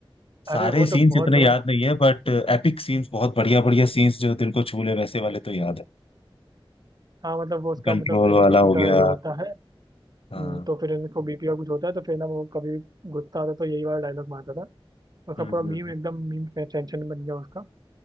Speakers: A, on the left; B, on the right.
A: सारे
B: अरे वो
A: सीन्स
B: तो बहुत
A: इतने
B: बड़ा
A: याद नहीं है बट एपिक सीन्स बहुत बढ़िया बढ़िया सीन्स जो दिल को छू ले वैसे वाले तो याद है
B: हाँ मतलब वो उसका
A: कंट्रोल
B: मतलब है ना
A: वाला
B: बीपी
A: हो
B: का
A: गया
B: ये होता है हम्म,
A: हाँ
B: तो फिर इनको बीपी का कुछ होता है तो फिर ना वो कभी गुस्सा आता तो यही वाला डायलॉग मारता था उसका
A: हम्म
B: पूरा मीम
A: हम्म
B: एकदम मीम सेंसेशन बन गया उसका